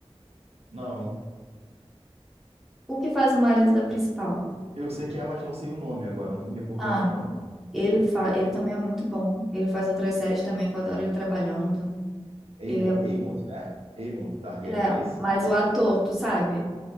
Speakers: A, on the right; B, in the centre.
A: Não.
B: O que faz o marido da principal?
A: Eu sei que é, mas não sei o nome agora, não tô me recordando
B: Ah,
A: o nome.
B: ele, fa... ele também é muito bom. Ele faz outras séries também, que eu adoro ele trabalhando.
A: Aemon,
B: Ele é...
A: Aemon, né? Aemon Targaryen,
B: é,
A: esse?
B: mas
A: Aemon,
B: o ator,
A: esse.
B: tu sabe?